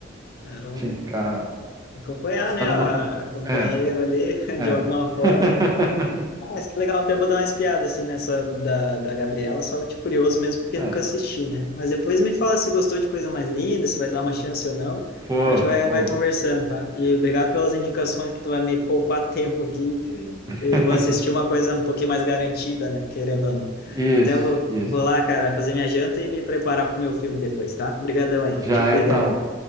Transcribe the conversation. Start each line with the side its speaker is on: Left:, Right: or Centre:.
Left: Era um...
Right: tinha que ficar
Left: Acompanhar,
Right: sendo
Left: né? A
Right: motorista.
Left: a companheira
Right: É,
Left: ali, <laughs> de
Right: é.
Left: alguma
Right: <laughs>
Left: forma. né? Ah, mas que legal, até vou dar uma espiada assim nessa da, da Gabriela, só de curioso mesmo, porque
Right: É,
Left: nunca assisti, né? Mas depois me fala se gostou de coisa mais linda, se vai dar uma chance ou não.
Right: vou,
Left: A gente vai,
Right: vou.
Left: vai conversando, tá? E obrigado pelas indicações que tu vai me poupar tempo aqui.
Right: <laughs>
Left: E vou assistir uma coisa um pouquinho mais garantida, né? Querendo ou não.
Right: Isso,
Left: Até vou,
Right: isso.
Left: vou lá, cara, fazer minha janta e me preparar pro meu filme depois, tá? Obrigadão aí.
Right: Já
Left: Te cuida,
Right: então,
Left: velho.